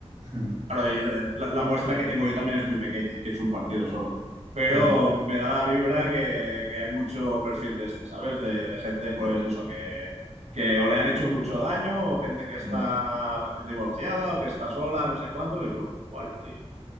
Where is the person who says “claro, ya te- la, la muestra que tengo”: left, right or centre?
Right